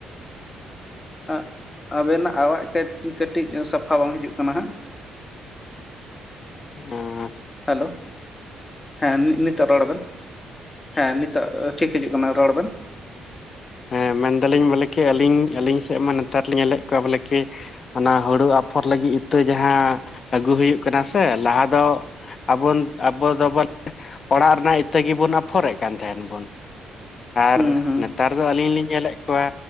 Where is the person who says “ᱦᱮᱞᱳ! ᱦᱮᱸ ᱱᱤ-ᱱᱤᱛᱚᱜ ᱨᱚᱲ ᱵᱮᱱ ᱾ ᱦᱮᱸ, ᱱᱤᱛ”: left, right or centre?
Left